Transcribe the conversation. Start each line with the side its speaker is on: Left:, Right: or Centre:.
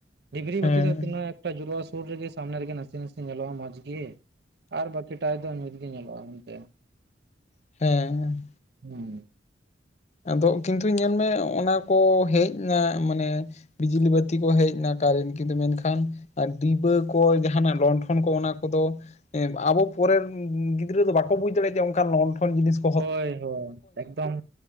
Right: ᱰᱤᱜᱽᱨᱤ
Left: ᱦᱮᱸ
Right: ᱵᱟᱹᱛᱤ ᱫᱚ ᱛᱤᱱᱟᱹᱜ ᱮ ᱡᱩᱞᱩᱜᱼᱟ ᱥᱩᱨ ᱨᱮᱜᱮ ᱥᱟᱢᱱᱮ ᱨᱮᱜᱮ ᱱᱟᱥᱮ ᱱᱟᱥᱮ ᱧᱮᱞᱚᱜᱼᱟ ᱢᱚᱡᱽ ᱜᱮ ᱾ ᱟᱨ ᱵᱟᱠᱤ ᱴᱟᱭ ᱫᱚ ᱧᱩᱛᱜ ᱜᱮ ᱧᱮᱞᱚᱜᱼᱟ ᱢᱮᱱᱛᱮ ᱾
Left: ᱦᱮᱸ
Right: ᱦᱩᱸ
Left: ᱟᱫᱚ ᱠᱤᱱᱛᱩ ᱧᱮᱞᱢᱮ ᱚᱱᱟ ᱠᱚ ᱦᱮᱡ ᱮᱱᱟ ᱢᱟᱱᱮ ᱵᱤᱡᱽᱞᱤ ᱵᱟᱹᱛᱤ ᱠᱚ ᱦᱮᱡ ᱱᱟ ᱠᱟᱨᱮᱱᱴ ᱠᱤᱱᱛᱩ ᱢᱮᱱᱠᱷᱟᱱ ᱟᱨ ᱰᱤᱵᱟᱹ ᱠᱚ ᱡᱟᱦᱟᱱᱟᱜ ᱞᱚᱱᱰᱷᱚᱱ ᱠᱚ ᱚᱱᱟ ᱠᱚᱫᱚ ᱟᱵᱚ ᱯᱚᱨᱮᱱ ᱜᱤᱫᱽᱨᱟᱹ ᱫᱚ ᱵᱟᱠᱚ ᱵᱩᱡᱽ ᱫᱟᱲᱮᱭᱟᱜᱼᱟ ᱡᱮ ᱚᱱᱠᱟᱱ ᱞᱚᱱ ᱴᱷᱚᱱ ᱡᱤᱱᱤᱥ ᱠᱚ
Right: ᱦᱳᱭ ᱦᱳᱭ ᱮᱠᱫᱚᱢ